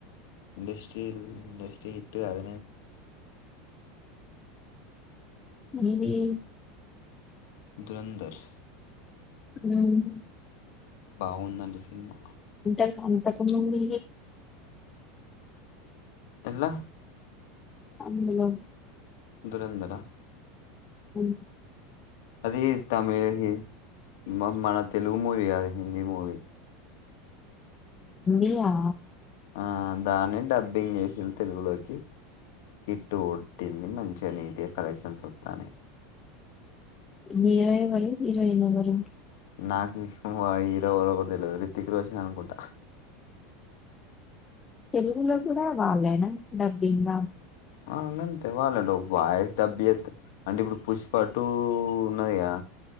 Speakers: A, on the left; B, on the left.
A: ఇంండస్ట్రిల్ ఇండస్ట్రీ హిట్ అద
B: నేనేం
A: ధంధర్
B: <unintelligible>
A: బాగుందండి సినిమా
B: ఉంటది సంతకు ముందు
A: ఎలా
B: అందులో
A: దురంధరా
B: అవు
A: అది తమిళ హ మ మన తెలుగు మూవీ అది హిందీ మూవీ.
B: ఇయా
A: ఆ దాన్ని డబ్బింగ్ చేసది తెలుగులోకి హిట్టు ఒడ్టింది మంచిగా నీట్గా కలెక్షన్స్ వస్తాను
B: నిరోయవరి నిరోయినా బర
A: నాకు హీరో ఒకర ఒకరు తెలియదు రితిక్ రోజు అనుకుంటా
B: తెలువులో కూడా వాళ్ళేనా డబ్బింగ్
A: వు అంతే వాళ్ళండి వాయిస్ డబ్బు చేస్తా అంటే ఇప్పుడు పుష్పటు ఉన్నదిగా